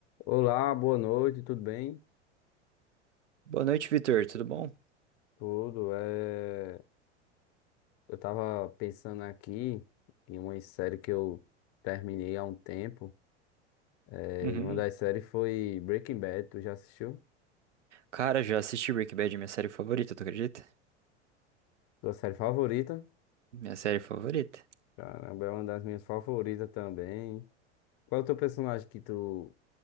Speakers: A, on the left (about 40°); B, on the right (about 85°).
A: Olá, boa noite, tudo bem?
B: Boa noite, Vitor. Tudo bom?
A: Tudo. É... Eu tava pensando aqui em uma série que eu terminei há um tempo. É...
B: Uhum.
A: E uma das séries foi Breaking Bad. Tu já assistiu?
B: Cara, já assisti Breaking Bad, minha série favorita, tu acredita?
A: Tua série favorita?
B: Minha série favorita.
A: Caramba, é uma das minhas favoritas também. Qual é o teu personagem que tu,